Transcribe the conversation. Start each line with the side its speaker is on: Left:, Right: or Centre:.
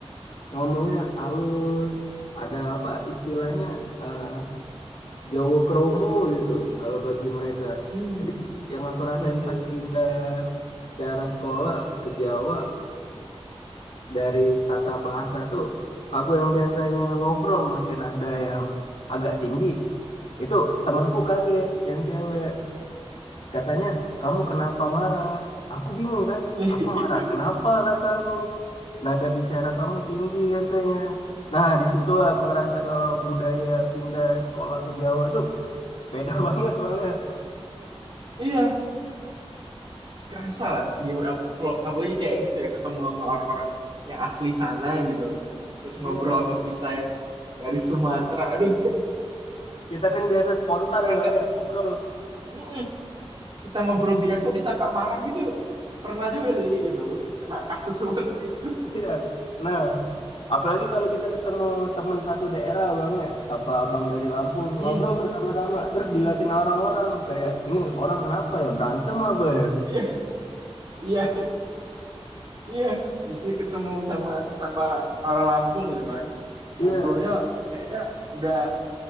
Left: ngomongnya halus, ada apa istilahnya eh Jawa kromo gitu kalau bagi mereka.
Right: Hmm,
Left: Jadi yang aku
Right: hmm.
Left: rasain pas pindah cara sekolah ke Jawa dari tata bahasa tuh aku yang biasanya ngobrol makin ada yang agak tinggi itu temanku kaget yang cewek Katanya, kamu kenapa marah? Aku bingung kan?
Right: <laughs>
Left: Aku marah. Kenapa kata aku? Nada bicara kamu tinggi katanya. Nah, disitulah aku ngerasa kalau budaya pindah sekolah ke Jawa tuh beda <laughs> banget Bang ya.
Right: Iya, kerasa lah gimana kalau apalagi kayak gitu ya ketemu sama orang-orang yang asli sana gitu. Terus ngobrol
Left: Iya.
Right: sama kita yang dari Sumatera. Aduh,
Left: Kita kan biasa spontan
Right: kita
Left: Bang
Right: agak
Left: ya, ngobrol.
Right: mm-mm. kita ngobrol biasa disangka marah gitu. Pernah juga sih kayak gitu. Kena kasus <laughs> seperti itu.
Left: Iya. Nah, apalagi kalau kita ketemu teman satu daerah Bang ya, apa abang dari Lampung,
Right: Hmm,
Left: ngobrol tuh sama-sama. Terus
Right: mm-mm.
Left: dilatih orang-orang kayak, ini orang kenapa ya? Berantem apa ya?
Right: Iya, iya, iya. Biasanya ketemu sama sesama orang Lampung gitu kan.
Left: Iya.
Right: Ngobrolnya kayaknya udah